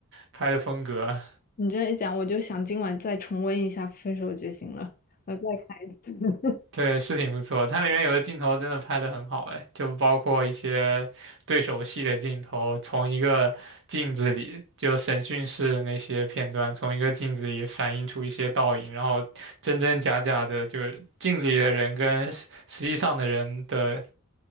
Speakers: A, on the right (about 60°); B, on the left (about 40°).
A: 拍的风格。
B: 你这样一讲，我就想今晚再重温一下《分手决心》了，我再看一次。<laughs>
A: 对，是挺不错。它里面有的镜头真的拍得很好，哎，就包括一些对手戏的镜头，从一个镜子里，就审讯室那些片段，从一个镜子里反映出一些倒影，然后真真假假的，就是镜子里的人跟实实际上的人的